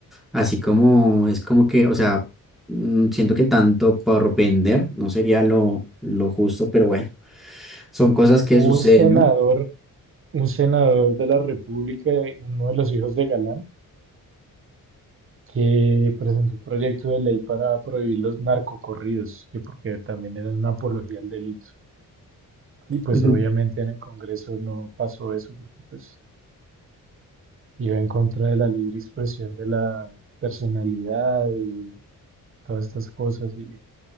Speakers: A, in the centre; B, on the right (about 40°).
A: así como es como que, o sea, mm, siento que tanto por vender no sería lo, lo justo, pero bueno, son cosas que
B: Hubo
A: suceden,
B: un senador,
A: ¿no?
B: un senador de la República, uno de los hijos de Galán, que presentó un proyecto de ley para prohibir los narcocorridos, que porque también era una apología al delito. Y pues
A: <laughs>
B: obviamente en el Congreso no pasó eso porque pues iba en contra de la libre expresión de la personalidad y todas estas cosas. Y